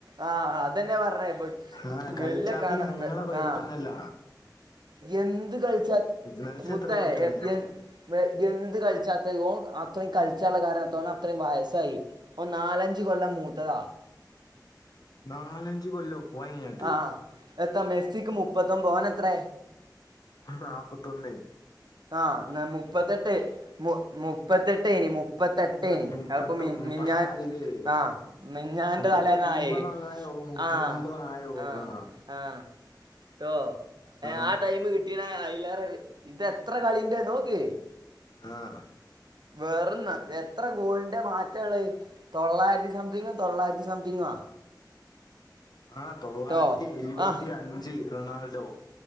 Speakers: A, on the right (about 70°); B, on the left (about 60°).
A: ആഹ് അതന്നെ പറഞ്ഞേ
B: ആഹ് കൾച്ചാത്ത
A: വലിയ കാണ
B: ഞങ്ങളെ കൊയപ്പല്ലെല്ലാ.
A: ആഹ് എന്ത് കളിച്ചാ
B: മെസ്സി
A: മുത്തേ
B: എത്ര ഗോൾ ഇട്ടാണ്
A: എ എ എന്ത് കൾച്ചാത്തേ ഓൻ അത്രീം കൾച്ചാള്ള കാരണത്ത ഓനത്രയും വായസ്സായി. ഓ നാലഞ്ച് കൊല്ലം മൂത്തതാ.
B: നാലഞ്ച് കൊല്ലോ? പോയിട്ട്
A: ആഹ് എത്ത മെസ്സിക്ക് മുപ്പത്തൊമ്പത് ഓനെത്ര.
B: നാപ്പത്തൊന്നെ
A: ആഹ് മുപ്പത്തെട്ട് മു മുപ്പത്തെട്ട്നി മുപ്പത്തെട്ടേനി.
B: മു- മുപ്പത്തൊമ്പതായില്ലേ
A: അത്പ്പ മി മിഞ്ഞാൻ ആഹ് മിഞ്ഞാന്റെ
B: മുപ്പത്തൊമ്പതായോ
A: തലേന്നായി
B: മുപ്പത്തൊമ്പതായോ
A: ആഹ് ആഹ്
B: ആ
A: ആഹ് ആഹ് ട്ടോ
B: ആ
A: ആഹ് ടൈം കിട്ടീന അയ്ലാറെ ഇത. ത്രെ കളിന്റെ നോക്.
B: ആഹ്.
A: വെറന്ന് എത്ര ഗോളിന്റെ മാറ്റള്ളത്. തൊള്ളായിരത്തി സംതിങ്ങ് തൊള്ളായിരത്തി സംതിങ്.
B: ആഹ് തൊള്ളായിരത്തി
A: ട്ടോ
B: ഇഴ്പത്തി
A: ആഹ്
B: അഞ്ച് റൊണാൾഡോ.